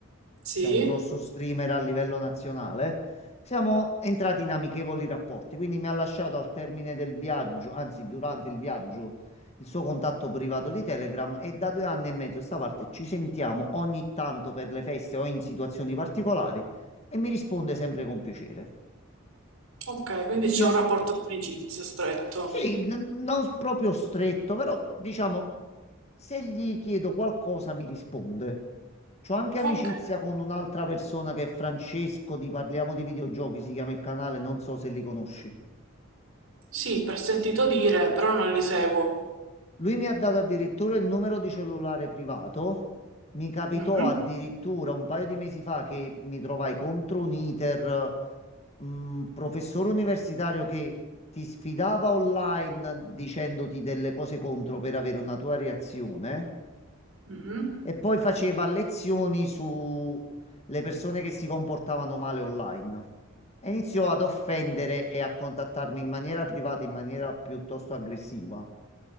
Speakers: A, on the right; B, on the left.
A: sì,
B: che è un grosso streamer a livello nazionale, siamo entrati in amichevoli rapporti. Quindi mi ha lasciato al termine del viaggio, anzi durante il viaggio, il suo contatto privato di Telegram e da due anni e mezzo a sta parte ci sentiamo ogni tanto per le feste o in situazioni particolari e mi risponde sempre con piacere.
A: ok, quindi c'è
B: Io
A: un rapporto di amicizia stretto.
B: sì, n- non s- proprio stretto, però diciamo, se gli chiedo qualcosa mi risponde. C'ho anche amicizia
A: Ok,
B: con un'altra persona che è Francesco, di Parliamo di videogiochi, si chiama il canale, non so se li conosci.
A: sì, per sentito dire, però non li seguo.
B: Lui mi ha dato addirittura il numero di cellulare privato. Mi capitò
A: Mhm,
B: addirittura un paio di mesi fa che mi trovai contro un iter, un professore universitario che ti sfidava online dicendoti delle cose contro per avere una tua reazione.
A: mhm,
B: E poi faceva lezioni su le persone che si comportavano male online. E iniziò ad offendere e a contattarmi in maniera privata, in maniera piuttosto aggressiva.